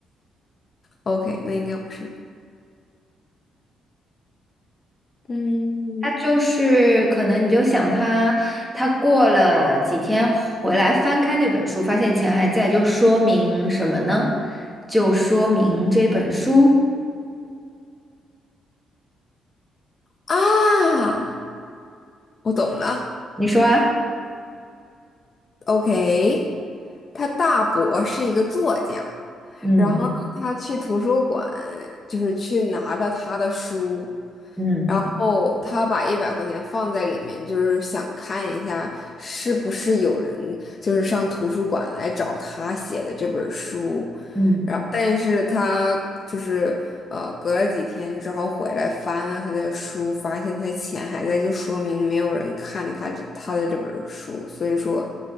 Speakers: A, on the left; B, in the centre.
A: ？OK，那应该不是。嗯
B: 他就是可能你就想他，他过了几天回来翻开那本书，发现钱还在，就说明什么呢？就说明这本书，
A: 啊，我懂了。
B: 你说啊？
A: OK。他大伯是一个作家，
B: 嗯
A: 然后呢他去图书馆，就是去拿着他的书，
B: 嗯
A: 然后他把一百块钱放在里面，就是想看一下是不是有人就是上图书馆来找他写的这本书，
B: 嗯。
A: 然后但是他就是呃隔了几天之后回来翻了他的书，发现他的钱还在，就说明没有人看他这他的这本书，所以说